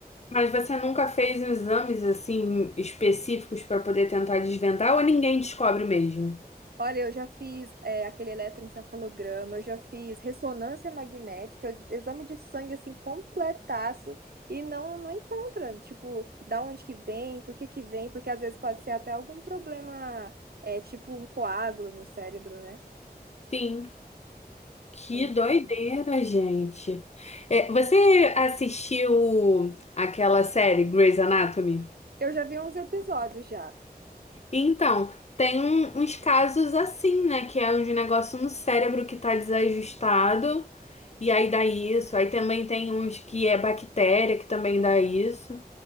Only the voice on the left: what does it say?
Mas você nunca fez exames assim específicos pra poder tentar desvendar ou ninguém descobre mesmo?
Sim. Que
doideira, gente. É, você assistiu aquela série Grey's Anatomy?
Então, tem um- uns casos assim, né? Que é um negócio no cérebro que tá desajustado e aí dá isso. Aí também tem uns que é bactéria que também dá isso.